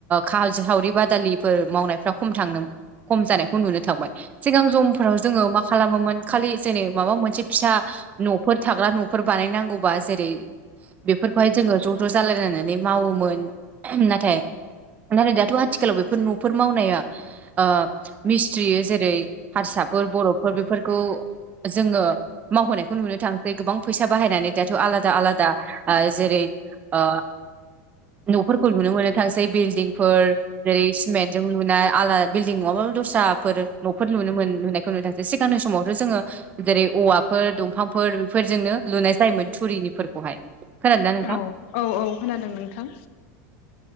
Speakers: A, on the right; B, on the left.
A: खाल सावरि बादालिफोर मावनायफ्रा खम थांनो खम जानायखौ नुनो थांबाय सिगां जमफोराव जोङो मा खालामोमोन खालि जेनै माबा मोनसे फिसा न'फोर थाग्रा न'फोर बानायनांगौबा जेरै बेफोरखौहाय जोङो ज' ज' जालायलायनानै मावोमोन नाथाय नाथाय दाथ' आथिखालाव बेफोर न'फोर मावनाया ओ मिस्थ्रियो जेरै हारसाफोर बर'फोर बेफोरखौ जोङो मावहोनायखौ नुनो थांसै गोबां फैसा बाहायनानै दाथ' आलादा आलादा जेरै ओ न'फोरखौ नुनो मोननो थांसै बिल्डिंफोर जेरै सिमेन्टजों नुनाय आलादा बिल्डिं नङाब्लाो दस्राफोर न'फोर लुनो मोननायखौ नुनो थसै सिगांनि समावथ' जोङो जेरै औवा फोर दंफांफोर बेफोरजोंनो लुनाय जायोमोन थुरिनिफोरखौहाय। खोनादोंना नोंथां?
B: औ औ औ खोनादों नोंथां।